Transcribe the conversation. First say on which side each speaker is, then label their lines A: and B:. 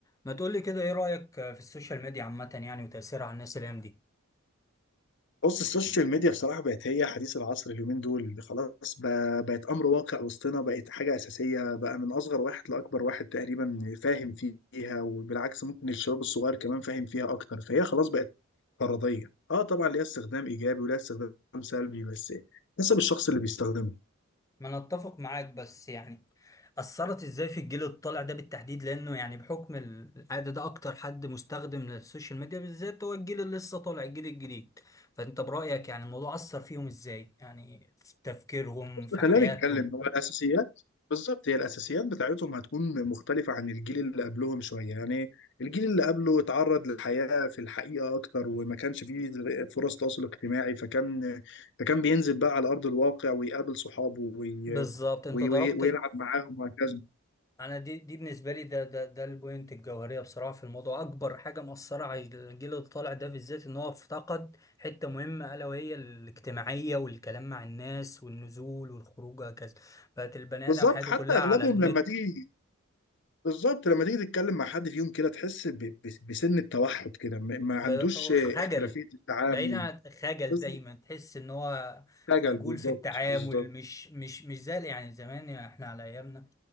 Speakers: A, on the left (about 15°); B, on the left (about 60°).
A: ما تقولي كده ايه رأيك في السوشيال ميديا عامة يعني وتأثيرها على الناس الأيام دي؟
B: بص السوشيال ميديا بصراحة بقت هي حديث العصر اليومين دول خلاص ب- بقت أمر واقع وسطنا بقت حاجة أساسية بقى من أصغر واحد لأكبر واحد تقريبا فاهم فيها وبالعكس ممكن الشباب الصغير كمان فاهم فيها أكتر فهي خلاص بقت فرضية اه طبعا ليها استخدام إيجابي وليها استخدام سلبي بس حسب الشخص اللي بيستخدمها
A: ما انا اتفق معاك بس يعني أثرت ازاي في الجيل الطالع ده بالتحديد لأنه يعني بحكم العادة ده أكتر حد مستخدم للسوشيال ميديا بالذات هو الجيل اللي لسه طالع الجيل الجديد فأنت برأيك يعني الموضوع أثر فيهم ازاي؟ يعني في تفكيرهم
B: بص
A: في حياتهم
B: خلينا نتكلم هو الاساسيات بالظبط هي الاساسيات بتاعتهم هتكون مختلفه عن الجيل اللي قبلهم شويه يعني الجيل اللي قبله اتعرض للحياه في الحقيقه اكتر وما كانش فيه فرص تواصل اجتماعي فكان فكان بينزل بقى على ارض الواقع ويقابل صحابه وي...
A: بالظبط أنت
B: وي...
A: ضربت
B: وي- ويلعب معاهم وهكذا
A: انا دي دي بالنسبه لي ده ده ده البوينت الجوهريه بصراحه في الموضوع اكبر حاجه مأثره على الجيل اللي طالع ده بالذات ان هو افتقد حته مهمه الا وهي الاجتماعيه والكلام مع الناس والنزول والخروج وهكذا بقت البني
B: بالظبط
A: ادم حياته
B: حتى
A: كلها
B: اغلبهم
A: على النت
B: لما تيجي بالظبط لما تيجي تتكلم مع حد فيهم كده تحس ب... ب... بسن التوحد كده ما ما عندوش
A: ب- هو خجل
B: احترافيه التعامل
A: بعيد عن خجل
B: بس
A: دايما تحس ان هو
B: خجل
A: خجول
B: بالظبط
A: في التعامل
B: بالظبط
A: مش مش مش زي يعني زمان يعني احنا على ايامنا